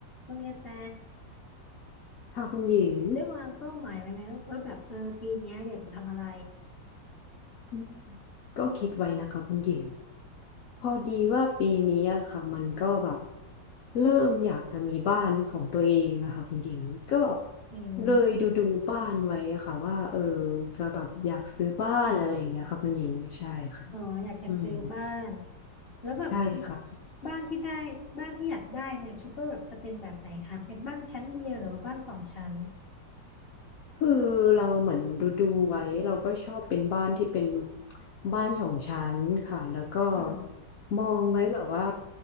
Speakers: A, on the left; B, on the left.
A: คุณกระแต
B: ค่ะคุณหญิง
A: ได้วางเป้าหมายไว้ไหมว่าแบบเออปีเนี้ยอยากจะทำอะไร
B: อืมก็คิดไว้นะคะคุณหญิงพอดีว่าปีนี้อะค่ะมันก็แบบเริ่มอยากจะมีบ้านเป็นของตัวเองนะคะคุณหญิงก็
A: อื
B: เลยดูดูบ้านไว้อะค่ะว่าเออ
A: ม
B: จะแบบอยากซื้อบ้านอะไรอย่างเงี้ยค่ะคุณหญิงใช่ค่ะ
A: อ๋ออยากจะซื้อบ้าน
B: อืม
A: แล้วแบบ
B: ใช่ค่ะ
A: บ้านที่ได้บ้านที่อยากได้เนี่ยคิดว่าแบบจะเป็นแบบไหนคะเป็นบ้านชั้นเดียวหรือว่าบ้านสองชั้น
B: คือเราเหมือนดูดูไว้เราก็ชอบเป็นบ้านที่เป็นบ้านสองชั้นค่ะแล้วก็
A: อืม
B: มองไว้แบบว่า